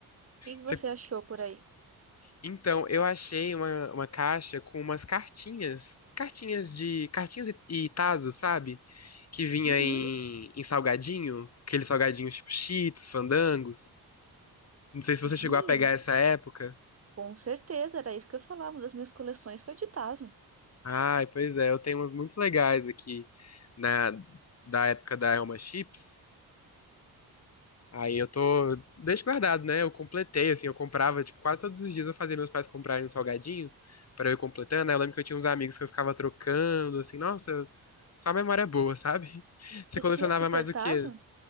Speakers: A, on the right (about 40°); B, on the left (about 45°).
A: que que
B: Você-
A: você achou por aí?
B: Então, eu achei uma, uma caixa com umas cartinhas. Cartinhas de. Cartinhas e, e tazos, sabe? Que vinha
A: Uhum,
B: em, em salgadinho. Aqueles salgadinhos tipo Cheetos, Fandangos. Não sei se você
A: sim,
B: chegou a pegar essa época.
A: com certeza, era isso que eu falava. Uma das minhas coleções foi de Tazo.
B: Ai, pois é, eu tenho umas muito legais aqui na da época da Elma Chips. Aí eu tô deixo guardado, né? Eu completei assim, eu comprava, tipo, quase todos os dias eu fazia meus pais comprarem um salgadinho pra eu ir completando. Aí eu lembro que eu tinha uns amigos que eu ficava trocando, assim, nossa, só memória boa, sabe? <laughs> Você
A: Você
B: colecionava
A: tinha o Super
B: mais o
A: Tazo?
B: quê?